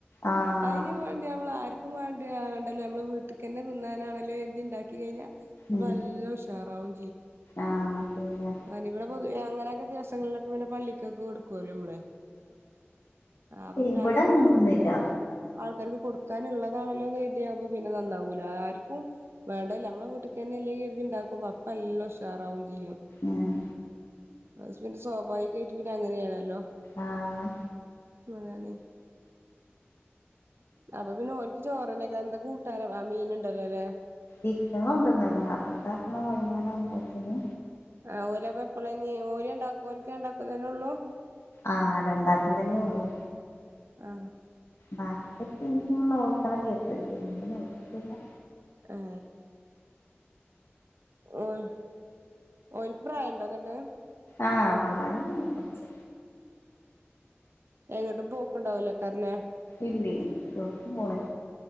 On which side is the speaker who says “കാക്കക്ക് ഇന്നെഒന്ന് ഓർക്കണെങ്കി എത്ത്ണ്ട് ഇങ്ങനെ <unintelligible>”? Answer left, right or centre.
Left